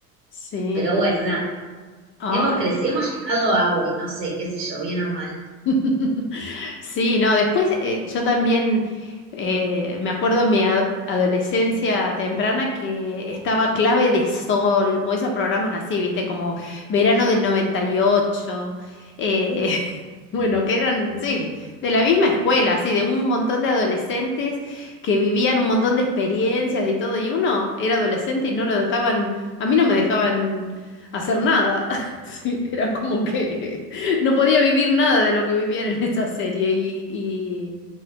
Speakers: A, on the left; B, on the right.
A: Sí.
B: Pero bueno, nada,
A: Ay.
B: hemos crecido, hemos llegado a hoy, no sé, qué sé yo, bien o mal.
A: <laughs> Sí, no, después eh, yo también eh, me acuerdo en mi ad- adolescencia temprana que estaba Clave de Sol o esos programas así, viste, como Verano del 98, eh, <laughs> bueno, que eran, sí, de la misma escuela, así, de un montón de adolescentes que vivían un montón de experiencias y todo, y uno era adolescente y no lo dejaban, a mí no me dejaban hacer nada, <laughs> sí, era como que... No podía vivir nada de lo que vivían en <laughs> esta serie y, y,